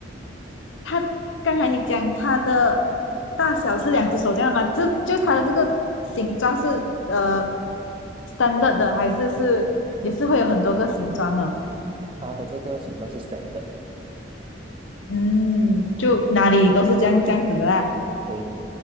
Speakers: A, on the left; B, on the right.
A: 它刚才你讲它的大小是两只手这样吗？就就它的这个形状是呃 standard 的，还是是也是会有很多个形状啊？
B: 它的这个形状是 standard 的
A: 嗯，就哪里都是这样这样子的啦。
B: 对，